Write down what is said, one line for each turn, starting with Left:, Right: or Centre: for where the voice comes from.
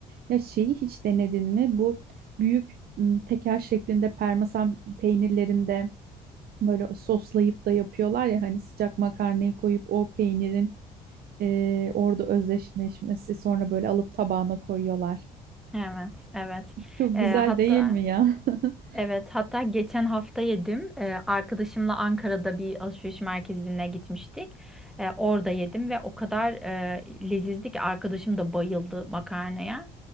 Right: Ya şeyi hiç denedin mi? Bu büyük m, teker şeklinde parmesan peynirlerinde Böyle soslayıp da yapıyorlar ya hani sıcak makarnayı koyup o peynirin e, orada özdeşleşmesi sonra böyle alıp tabağına koyuyorlar.
Centre: Evet, evet.
Right: Çok
Centre: Ee,
Right: güzel
Centre: hatta
Right: değil mi ya? <laughs>
Centre: evet hatta geçen hafta yedim. Ee, arkadaşımla Ankara'da bir alışveriş merkezine gitmiştik. Ee, orada yedim ve o kadar e, lezizdi ki arkadaşım da bayıldı makarnaya.